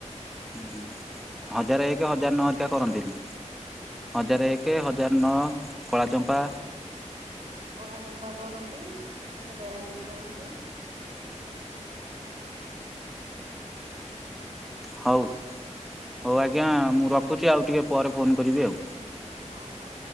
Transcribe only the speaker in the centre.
ହୁଁ ହୁଁ ହଜାରେ ଏକ ହଜାର ନ ହେରିକା
କରନ୍ତିନି।
ହଜାର ଏକେ ହଜାର ନଅ କଳା ଚମ୍ପା।
ହଉ ହଉ ଆଜ୍ଞା ମୁଁ ରଖୁଛି ଆଉ ଟିକେ ପରେ ଫୋନ୍ କରିବି ଆଉ।